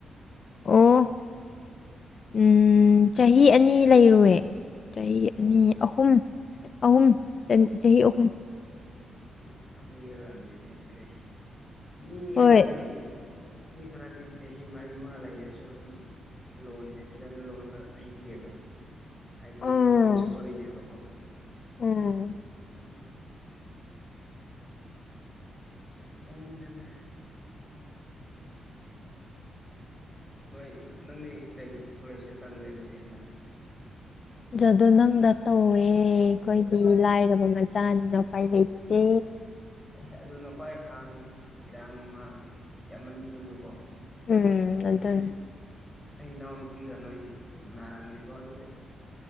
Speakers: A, on the left; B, in the centre.
A: ꯑꯣ ꯎ ꯆꯍꯤ ꯑꯅꯤ ꯂꯩꯔꯑꯦ ꯆꯍꯤ ꯑꯅꯤ
B: ꯑꯣ
A: ꯑꯍꯨꯝ ꯑꯍꯨꯝ ꯆꯍꯤ ꯑꯍꯨꯝ
B: ꯎꯝ ꯑꯗꯨ ꯌꯧꯔꯑꯅꯤꯅꯦ ꯑꯗꯨꯗꯤ ꯃꯤ
A: ꯍꯣꯏ
B: ꯈꯔꯗꯤ ꯃꯤ ꯈꯔꯗꯤ ꯆꯍꯤ ꯃꯔꯤ ꯃꯉꯥ ꯂꯩꯔꯁꯨ ꯑꯗꯨꯝ ꯂꯣꯟꯁꯦ ꯐꯖꯅ ꯂꯣꯟꯕ ꯍꯩꯇꯦꯕ ꯍꯥꯏꯗꯤ
A: ꯎꯝ
B: ꯏꯟꯐ꯭ꯂꯨꯋꯟꯁ ꯑꯣꯏꯗꯦꯕꯀꯣ
A: ꯎꯝ
B: ꯒꯤ <inaudible> ꯈꯪꯗꯦꯗ ꯅꯣꯏ ꯅꯪꯗꯤ ꯀꯩ ꯀꯣꯂꯦꯖꯇ ꯇꯝꯒꯦ ꯑꯗꯨꯗꯤ ꯍꯟꯗꯛ
A: ꯖꯥꯗꯣ ꯅꯪꯅ ꯇꯧꯋꯦ ꯈꯣꯏꯗꯤ ꯂꯥꯏꯔꯕ ꯆꯥꯅ ꯎꯄꯥꯏ ꯂꯩꯇꯦ
B: ꯑꯦ ꯍꯦ ꯑꯗꯨꯅ ꯈ꯭ꯋꯥꯏ ꯐꯕꯅꯤ ꯏꯔꯥꯡ ꯅꯨꯡꯃꯥꯡ ꯌꯥꯝꯃꯟꯕꯗꯨꯗꯀꯣ
A: ꯎꯝ ꯑꯗꯨꯅꯦ
B: ꯑꯩ ꯑꯩ ꯏꯅꯥꯎ ꯅꯨꯄꯤꯒ ꯅꯣꯏ ꯃꯅꯥꯔꯝꯅꯦꯕ ꯑꯗꯨꯗꯤ